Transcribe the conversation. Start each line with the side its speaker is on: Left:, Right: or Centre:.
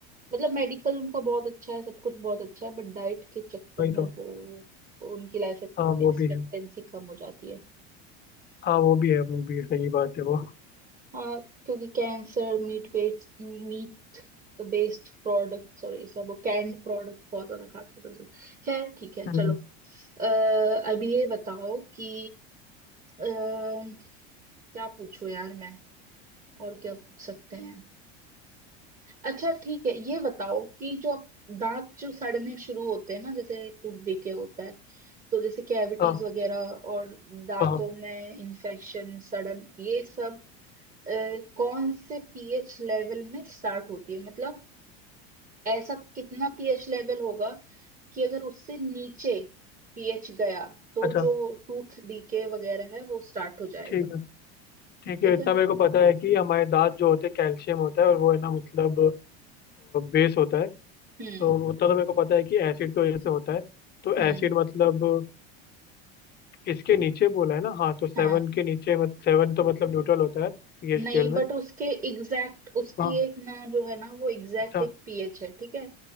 Right: मतलब मेडिकल उनका बहुत अच्छा है सब कुछ बहुत अच्छा है बट डाइट के चक्कर
Left: वही तो
Right: में वो उनकी लाइफ एक्सपेक्टेंसी
Left: हाँ वो भी है
Right: कम हो जाती है
Left: हाँ वो भी है वो भी है सही बात है वो
Right: हाँ क्योंकि cancer meat based meat based product sorry सब कैंड प्रोडक्ट बहुत ज्यादा खाते थे सब। खैर ठीक है चलो
Left: हम्म
Right: अः अभी ये बताओ कि अ, क्या पूछूं यार मैं और क्या पूछ सकते हैं अच्छा ठीक है ये बताओ कि जो आप- दांत जो सड़ने शुरू होते हैं ना जैसे टूटने के होता है तो जैसे कैविटीज
Left: हाँ
Right: वगैरह और दांतों
Left: हाँ हाँ,
Right: में इन्फेक्शन सड़न ये सब अ, कौन से पीएच लेवल में स्टार्ट होती है मतलब ऐसा कितना पीएच लेवल होगा कि अगर उससे नीचे पीएच गया तो
Left: अच्छा
Right: जो टूथ डीके वगैरह है वो स्टार्ट हो जाएगा
Left: ठीक है ठीक
Right: ठीक
Left: है इतना
Right: है
Left: मेरे को पता है कि हमारे दांत जो होते हैं कैल्शियम होता है और वो है ना मतलब बेस होता है
Right: हम्म
Left: तो उतना तो मेरे को पता है कि एसिड की वजह से होता है तो
Right: हम्म
Left: एसिड मतलब इसके नीचे बोला है ना हाँ तो सेवन
Right: हाँ
Left: के नीचे मत सेवन तो मतलब न्यूट्रल होता है पीएच
Right: नहीं
Left: स्केल में
Right: बट उसके एग्जैक्ट उसकी
Left: हाँ
Right: एक ना जो है ना वो एग्जैक्ट
Left: अच्छा
Right: एक पीएच है ठीक है